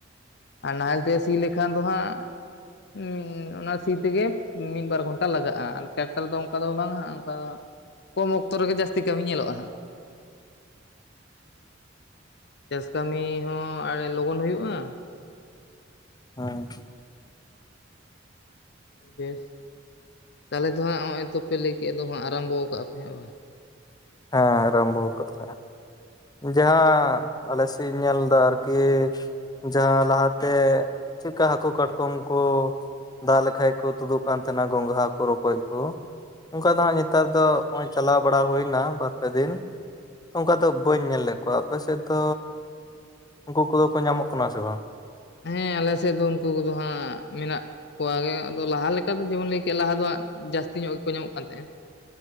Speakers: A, on the left; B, on the left.
A: ᱟᱨ ᱱᱟᱦᱮᱞ ᱛᱮ ᱥᱤ ᱞᱮᱠᱷᱟᱱ ᱫᱚ ᱦᱟᱸᱜ, ᱩᱸᱻ ᱚᱱᱟ ᱥᱤ ᱛᱮᱜᱮ ᱢᱤᱫ ᱵᱟᱨ ᱜᱷᱚᱱᱴᱟ ᱞᱟᱜᱟᱜᱼᱟ ᱟᱨ ᱴᱮᱠᱴᱟᱨ ᱫᱚ ᱚᱱᱠᱟ ᱫᱚ ᱵᱟᱝ ᱦᱟᱜ ᱚᱱᱠᱟ ᱫᱚ ᱠᱚᱢ ᱚᱠᱛᱚ ᱨᱮᱜᱮ ᱡᱟᱹᱥᱛᱤ ᱠᱟᱹᱢᱤ ᱧᱮᱞᱚᱜ-ᱟ ᱦᱟᱸᱜ, ᱪᱟᱥ ᱠᱟᱹᱢᱤ ᱦᱚᱸ ᱟᱹᱰᱤ ᱞᱚᱜᱚᱱ ᱦᱩᱭᱩᱜ-ᱟ,
B: ᱦᱮᱸ
A: ᱵᱮᱥ ᱛᱟᱦᱚᱞᱮ ᱫᱚ ᱦᱟᱸᱜ ᱱᱚᱜ-ᱚᱭ ᱛᱚᱯᱮ ᱞᱟᱹᱭ ᱠᱮᱫ ᱫᱚ ᱦᱟᱸᱜ ᱟᱨᱟᱢᱵᱚ ᱠᱟᱜ-ᱟ ᱯᱮ ᱦᱟᱸᱜ ᱵᱟᱝ,
B: ᱦᱮᱸ ᱟᱨᱟᱢᱵᱚ ᱠᱟᱜ ᱟᱞᱮ᱾ ᱡᱟᱦᱟᱸ ᱟᱞᱮ ᱥᱮᱫ ᱤᱧ ᱧᱮᱞ ᱮᱫᱟ ᱟᱨᱠᱤ᱾ ᱡᱟᱦᱟᱸ ᱞᱟᱦᱟᱛᱮ ᱪᱮᱫᱠᱟ ᱦᱟᱹᱠᱩ ᱠᱟᱴᱠᱚᱢ ᱠᱚ ᱫᱟᱜ ᱞᱮᱠᱷᱟᱡ ᱠᱚ ᱛᱩᱫᱩᱜ ᱠᱟᱱ ᱛᱟᱦᱮᱱᱟ ᱜᱚᱝᱜᱷᱟ ᱠᱚ ᱨᱚᱠᱚᱡ ᱠᱚ, ᱚᱱᱠᱟ ᱫᱚ ᱦᱟᱸᱜ ᱱᱮᱛᱟᱨ ᱫᱚ ᱱᱚᱜ-ᱚᱭ ᱪᱟᱞᱟᱣ ᱵᱟᱲᱟ ᱦᱩᱭᱱᱟ, ᱵᱟᱨᱯᱮ ᱫᱤᱱ ᱚᱱᱠᱟ ᱫᱚ ᱵᱟᱹᱧ ᱧᱮᱞ ᱞᱮᱫ ᱠᱚᱣᱟ ᱟᱯᱮ ᱥᱮᱫ ᱫᱚ ᱩᱱᱠᱩ ᱠᱚᱫᱚ ᱠᱚ ᱧᱟᱢᱚᱜ ᱠᱟᱱᱟ ᱥᱮ ᱵᱟᱝ?
A: ᱦᱮᱸ ᱟᱞᱮ ᱥᱮᱫ ᱫᱚ ᱩᱱᱠᱩ ᱠᱚᱫᱚ ᱦᱟᱸᱜ ᱢᱮᱱᱟᱜ᱾ ᱠᱚᱣᱟ ᱜᱮ ᱟᱫᱚ ᱞᱟᱦᱟ ᱞᱮᱠᱟ ᱞᱮᱠᱟᱛᱮ ᱡᱮᱢᱚᱱ ᱞᱟᱹᱭ ᱠᱮᱫ ᱞᱟᱦᱟ ᱫᱚ ᱦᱟᱸᱜ ᱡᱟᱹᱥᱛᱤ ᱧᱚᱜ ᱜᱮᱠᱚ ᱧᱟᱢᱚᱜ ᱠᱟᱱ ᱛᱟᱦᱮᱸᱜ-ᱟ,